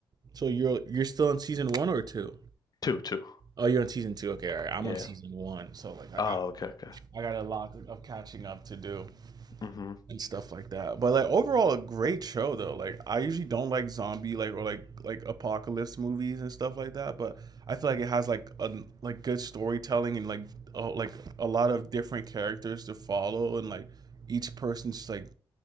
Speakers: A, on the right (about 40°); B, on the left (about 40°).
A: so you're you're still on season one or two?
B: Two, two.
A: Oh, you're on season two okay all right i'm
B: Yeah.
A: on season one so like i
B: Oh,
A: got
B: okay, okay.
A: i got a lot of catching up to do
B: Mm-hmm.
A: and stuff like that. But like overall, a great show though. Like I usually don't like zombie like or like like apocalypse movies and stuff like that. But I feel like it has like a like good storytelling and like oh like a lot of different characters to follow and like each person's like